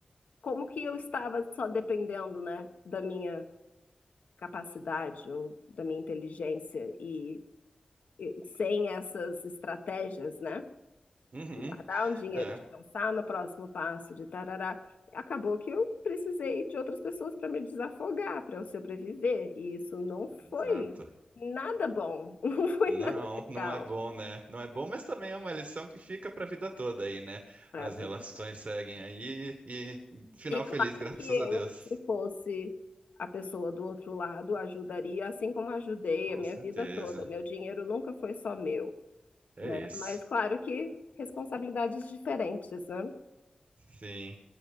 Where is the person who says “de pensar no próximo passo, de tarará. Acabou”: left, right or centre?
Left